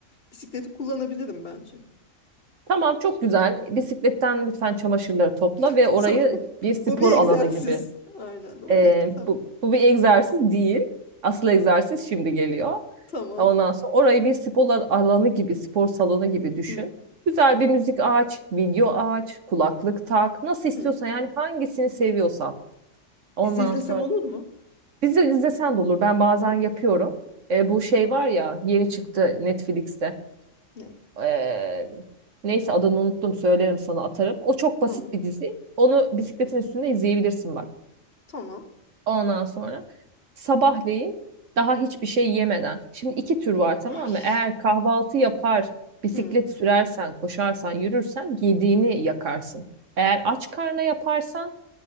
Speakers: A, on the left; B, on the right.
A: bisikleti kullanabilirim bence.
B: Tamam çok
A: Şey.
B: güzel. Bisikletten lütfen çamaşırları topla
A: <laughs>
B: ve orayı
A: Tamam.
B: bir spor
A: O bir egzersiz.
B: alanı gibi
A: Aynen o
B: Ee,
A: bir. Tamam.
B: bu, bu bir egzersiz değil. Asıl egzersiz şimdi geliyor.
A: Tamam.
B: Ondan sonra orayı bir spor al- alanı gibi, spor salonu gibi düşün.
A: Hmm.
B: Güzel bir müzik aç, video aç, kulaklık tak. Nasıl istiyorsan
A: Hmm.
B: yani hangisini seviyorsan. Ondan
A: Dizi izlesem
B: sonra
A: olur mu?
B: dizi izlesen de olur. Ben bazen
A: Tamam.
B: yapıyorum. Ee, bu şey var ya yeni çıktı Netflix'te.
A: Ne?
B: Ee, neyse adını unuttum söylerim sana atarım. O çok
A: Tamam.
B: basit bir dizi. Onu bisikletin üstünde izleyebilirsin bak.
A: Tamam.
B: Ondan sonra sabahleyin daha hiçbir şey yemeden. Şimdi iki tür var tamam
A: Ay.
B: mı? Eğer kahvaltı yapar, bisiklet
A: Hı.
B: sürersen, koşarsan, yürürsen yediğini yakarsın. Eğer aç karna yaparsan